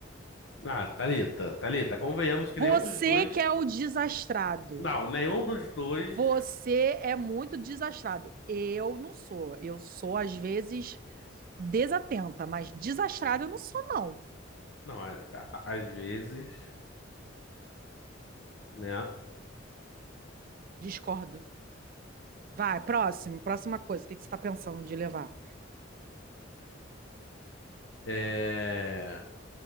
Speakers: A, on the left; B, on the right.
A: Ah, Thalita, Thalita, convenhamos que
B: Você
A: nenhum dos dois.
B: que é o desastrado.
A: Não, nenhum dos dois.
B: Você é muito desastrado. Eu não sou. Eu sou, às vezes, desatenta, mas desastrado eu não sou, não.
A: Não, a- a- às vezes, né?
B: Discordo. Vai, próximo, próxima coisa. O que que você está pensando de levar?
A: É...